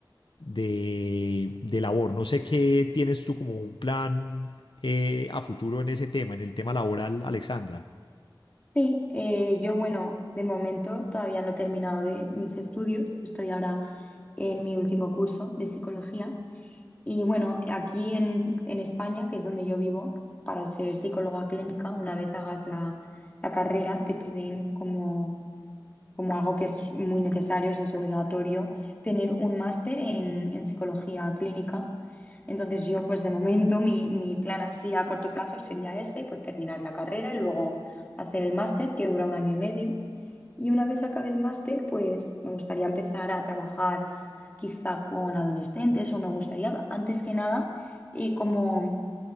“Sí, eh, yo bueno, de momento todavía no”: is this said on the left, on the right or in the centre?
Left